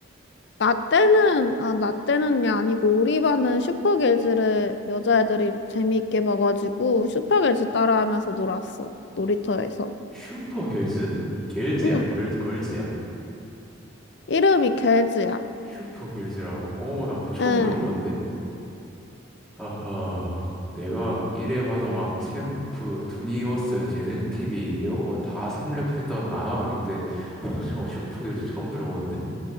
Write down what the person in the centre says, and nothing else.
슈퍼 길즈? 길즈야,
걸, 걸즈야?
슈퍼 길즈라고? 오, 나 그거 처음
들어보는데? 아하, 내가 이래 봐도 막 챔프, 투니버스, 재능 티비 이런 거 다 섭렵했던 만화 강인데, 어, 저 슈퍼 길즈 처음 들어보는데?